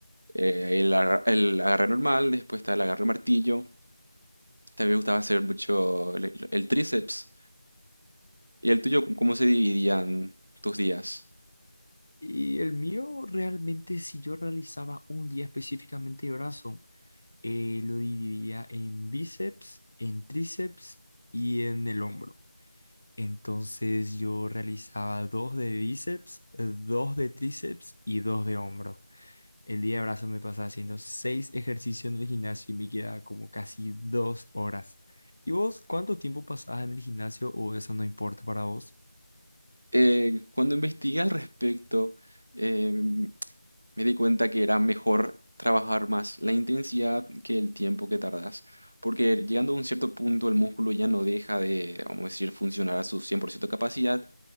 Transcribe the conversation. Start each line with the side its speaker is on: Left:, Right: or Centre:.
Right: eh, el, agar- el agarre normal, después está el agarre martillo, también me gustaba hacer mucho el, el tríceps. ¿Y el tuyo, cómo se dividían tus días?
Left: Y el mío realmente, si yo realizaba un día específicamente de brazo, eh, lo dividía en bíceps, en tríceps y en el hombro. Entonces yo realizaba dos de bíceps, eh, dos de tríceps y dos de hombro. El día de brazo me pasaba haciendo seis ejercicios en el gimnasio y me quedaba como casi dos horas. ¿Y vos cuánto tiempo pasabas en el gimnasio o eso no importa para vos?
Right: Eh, cuando investigué al respecto, em, me di cuenta que era mejor trabajar más la intensidad que el tiempo que tardas, porque llegando a un cierto punto el músculo ya no deja de, vamos a decir, funcionar a su 100% capacidad